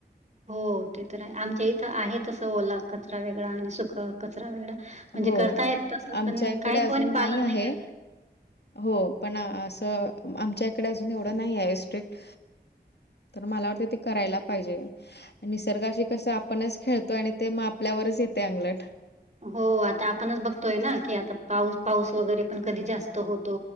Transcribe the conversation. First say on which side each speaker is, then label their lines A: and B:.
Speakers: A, on the right; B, on the left.
A: हो ते तर आहे आमच्या इथं आहे तसं ओला कचरा वेगळा आणि सुखं कचरा वेगळा म्हणजे
B: हो
A: करता येत तसं
B: आमच्या
A: पण
B: इकडे
A: काही
B: अजून
A: कोणी पालन
B: आहे
A: नाही करत
B: हो पण असं आमच्या इकडे अजून एवढं नाही आहे स्ट्रिक्ट तर मला वाटते ते करायला पाहिजे निसर्गाशी कसं आपणच खेळतोय आणि ते मग आपल्यावरच येते अंगलट
A: हो आता आपणच बघतोय ना की आता पाऊस पाऊस वगैरे पण कधी जास्त होतो